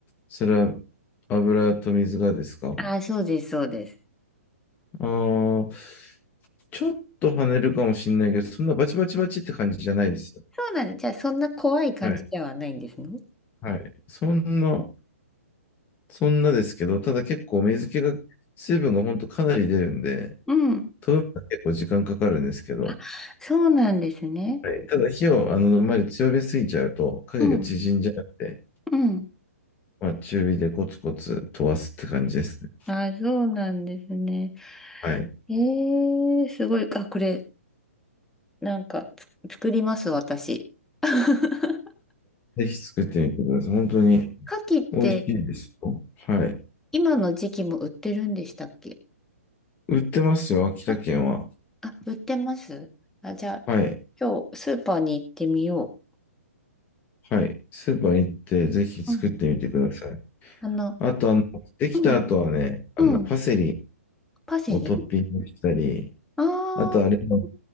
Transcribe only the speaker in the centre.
あ、そうです、そうです。
そうなんです。じゃあ、そんな怖い感じではないんですね。
うん、
あ、そうなんですね。
うん、うん。
あ、そうなんですね。
えー、すごい。あ、これ、なんか、つ作ります、私。<laughs>
牡蠣って、
今の時期も売ってるんでしたっけ
あ、あ、売ってますあ、じゃあ、
ちょ今日、スーパーに行ってみよ
ううん、あの、
うん、
うん。
パセリ
ああー